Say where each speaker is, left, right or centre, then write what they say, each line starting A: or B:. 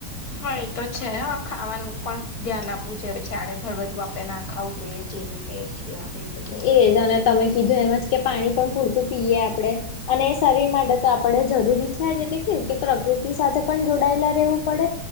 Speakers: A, on the left (about 45°); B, on the left (about 65°).
A: હા એ તો છે હ ખાવાનું પણ ધ્યાન આપવું જોઈએ પછી આડેધડ બધું આપણે ના. ખાવું જોઈએ જે રીતે જે આવે એ બધું
B: એજ અને તમે કીધું એમ જ કે પાણી પણ પૂરતું પીએ આપણે અને શરીર માટે તો આપણે જરૂરી છે જ એટલે કે કે પ્રકૃતિ સાથે પણ જોડાયેલા રહેવું પડે.